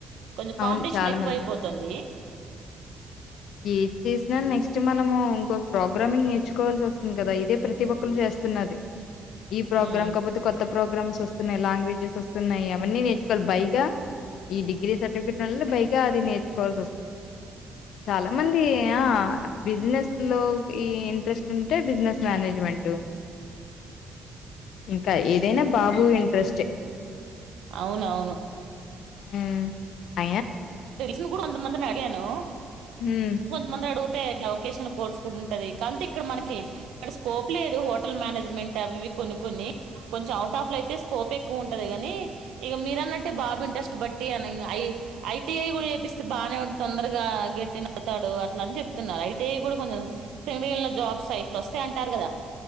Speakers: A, on the right (about 80°); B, on the left (about 80°).
A: కొంచెం
B: అవును
A: కాంపిటీషన్
B: చాలా
A: ఎక్కువ
B: మంది
A: అయిపోతుంది
B: ఏది చేసినా నెక్స్ట్ నట్ మనము ఇంకొక ప్రోగ్రామింగ్ నేర్చుకోవాల్సి వస్తుంది కదా ఇదే ప్రతి ఒక్కరు చేస్తున్నది ఈ ప్రోగ్రామ్
A: ఉమ్
B: కాకపోతే కొత్త ప్రోగ్రామ్స్ వస్తున్నాయి లాంగ్వేజెస్ వస్తున్నాయి అవన్నీ నేర్చుకోవాలి బైగా ఈ డిగ్రీ సర్టిెట్ వల్ల పైగా ఆది నేర్చుకోవాల్సి వస్తుంది
A: అ
B: చాలా మంది ఆ బిజినెస్ లో ఈ ఇంట్రెస్ట్ ఉంటే బిజినెస్ మేనేజ్మెంట్ ఇంకా ఏదైనా బాబు ఇంట్రెస్ట్
A: అవునవును
B: ఉ అ
A: తెలిసొనోళ్లని కూడా కొంద మందిని అడిగాను
B: ఉమ్
A: కొందమందిని అడుగు లొకేషన్ కోర్స్ కూడా ఉంటది కా ఇక్కడ మనకి ఇక్కడ స్కోప్ లేదు హోటల్ మేనేజ్మెంట్ అవి కొను కొని కొంచెం అవుట్ ఆఫ్ అయితే స్కోప్ ఎక్కువ ఉంటది కాని ఇక మీరన్నట్టే బాబు ఇంట్రెస్ట్ బట్టి అ ఐటిఐ కూడా చెపిస్తే బాగానే తొందరగా గట్టిన అవుతాడు అట్లా అని చెప్తున్నారు ఐటిఐ కూడా కొంచెండి వెళ్ళిన జాబ్స్ అట్లా వస్తా అంటారు కదా